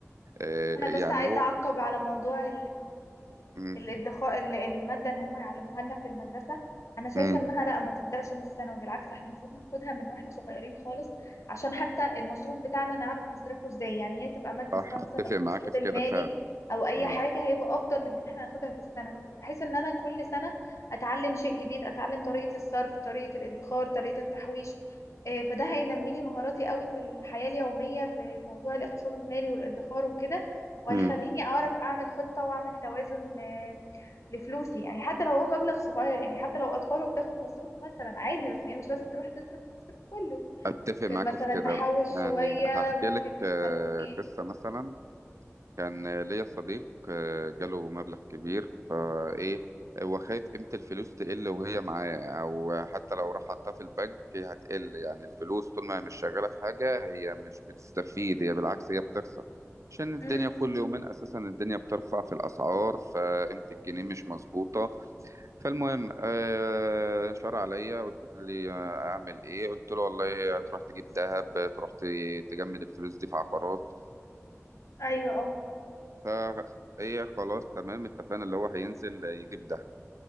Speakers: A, on the right (about 75°); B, on the left (about 75°).
A: آه،
B: أنا بس
A: يعني
B: عايزة
A: هو
B: أعقب على موضوع
A: مم.
B: الادخاء ال- المادة ان هم يعلموها لنا في المدرسة انا شايفة
A: مم.
B: انها لا ما تبدأش من الثانوي بالعكس احنا المفروض ناخدها من واحنا صغيرين خالص عشان حتى المصروف بتاعنا نعرف نصرفه ازاي يعني هي تبقى مادة
A: صح
B: اسمها
A: أتفق
B: مثلا الاقتصاد
A: معاك في
B: المالي
A: كده فعلا
B: او اي
A: مم.
B: حاجة هيبقى افضل من ان احنا ناخدها في الثانوي فبحيث ان انا كل سنة اتعلم شيء جديد اتعلم طريقة الصرف طريقة الادخار طريقة التحويش إيه، فده هينمي لي مهاراتي قوي في الحياة اليومية في موضوع الاقتصاد المالي والادخار وكده وهيخليني
A: مم.
B: اعرف اعمل خطة واعمل توازن آه، لفلوسي يعني حتى لو هو مبلغ صغير يعني حتى لو اطفال وبتاخد مصروف مثلا عادي بس هي مش لازم تروح تصرف المصروف كله
A: أتفق
B: ممكن
A: معاك
B: مثلا
A: في كده
B: تحوش
A: يعني
B: شوية
A: هحكي
B: ممكن
A: لك
B: مش
A: آه،
B: عارف ايه
A: قصة مثلا كان ليا صديق آه، جاله مبلغ كبير فايه هو خايف قيمة الفلوس تقل وهي معاه او حتى لو راح حطها في البنك هي هتقل يعني الفلوس طول ما هي مش شغالة في حاجة هي مش بتستفيد هي بالعكس هي بتخسر عشان الدنيا
B: امم
A: كل يومين اساسا الدنيا بترفع في الاسعار فقيمة الجنيه مش مظبوطة فالمهم آه، شار عليا قلت لي آه، اعمل ايه قلت له والله تروح تجيب ذهب تروح ت- تجمد الفلوس دي في عقارات
B: ايوه اه
A: فهي خلاص تمام اتفقنا اللي هو هينزل يجيب دهب